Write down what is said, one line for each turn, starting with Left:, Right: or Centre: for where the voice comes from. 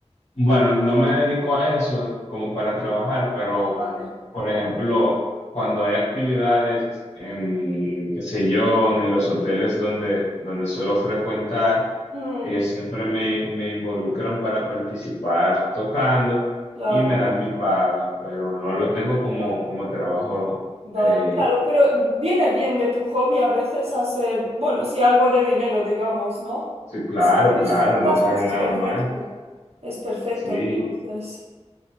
Left: Bueno, no me dedico a eso como para trabajar, pero,
Right: Ah, Vale.
Left: por ejemplo, cuando hay actividades en, qué sé yo, en los hoteles donde, donde suelo frecuentar,
Right: Mm,
Left: ellos siempre me, me involucran para participar tocando
Right: claro.
Left: y me dan mi paga, pero no lo tengo como,
Right: claro.
Left: como trabajo.
Right: Vale,
Left: eh,
Right: claro, pero viene bien de tu hobby a veces hacer, bueno, sí, algo de dinero, digamos, ¿no?
Left: Sí, claro,
Right: Y si lo disfrutas,
Left: claro, no cae
Right: pues es
Left: nada
Right: perfecto.
Left: mal.
Right: Es perfecto,
Left: Sí,
Right: entonces.